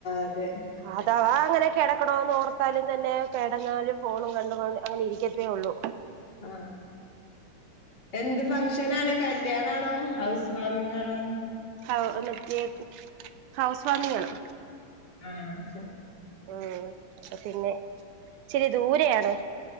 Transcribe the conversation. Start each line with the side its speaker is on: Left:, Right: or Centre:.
Left: അതെ
Right: അതാവാ അങ്ങനെ കിടക്കണോന്ന് ഓർത്താലും തന്നെ കിടന്നാലും ഫോണും കണ്ടണ്ട് അങ്ങനെ ഇരിക്കത്തേ ഉള്ളൂ
Left: ആ എന്ത് ഫംഗ്ഷനാണ് കൽ ല്ല്യണ ആണോ ഹൗസ് വാമിംഗ് ആണോ
Right: ഹൗ മറ്റേ ഹൗസ് വാമിങ്ങാണ്
Left: ആ ച്ചാ
Right: ഉം അപ്പ പിന്നെ ഇച്ചിരി ദൂരെ ആണ്